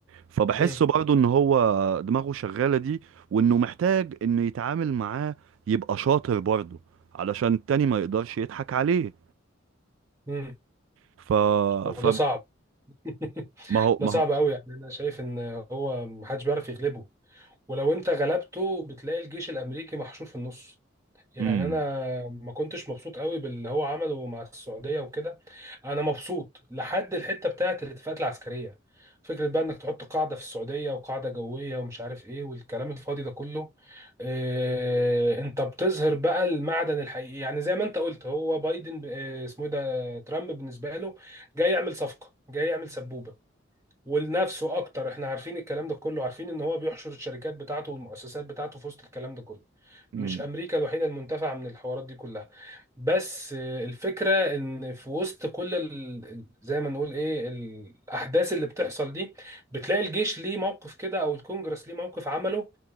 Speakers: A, on the right; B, on the right.
A: فبحسه
B: مم.
A: برضه ان هو دماغه شغالة دي وانه محتاج انه يتعامل معاه يبقى شاطر برضه علشان التاني ما يقدرش يضحك عليه
B: مم.
A: ف
B: وده
A: ف
B: صعب <laughs>
A: ما هو
B: ده
A: ما
B: صعب
A: هو
B: قوي يعني انا شايف ان هو محدش بيعرف يغلبه ولو انت غلبته بتلاقي الجيش الامريكي محشور في النص يعني
A: امم
B: انا ما كنتش مبسوط قوي باللي هو عمله مع السعوديه وكده انا مبسوط لحد الحته بتاعه الاتفاقات العسكريه فكره بقى انك تحط قاعده في السعوديه وقاعده جويه ومش عارف ايه والكلام الفاضي ده كله اه انت بتظهر بقى المعدن الحقيقي يعني زي ما انت قلت هو بايدن اه اسمه ايه ده ترامب بالنسبه له جاي يعمل صفقه جاي يعمل سبوبه ولنفسه اكتر احنا عارفين الكلام ده كله عارفين ان هو بيحشر الشركات بتاعته والمؤسسات بتاعته في وسط الكلام ده كله
A: امم
B: مش امريكا الوحيده المنتفعه من الحوارات دي كلها بس آه، الفكره ان في وسط كل ال... ال- زي ما نقول ايه الاحداث اللي بتحصل دي بتلاقي الجيش ليه موقف كده او الكونجرس ليه موقف عمله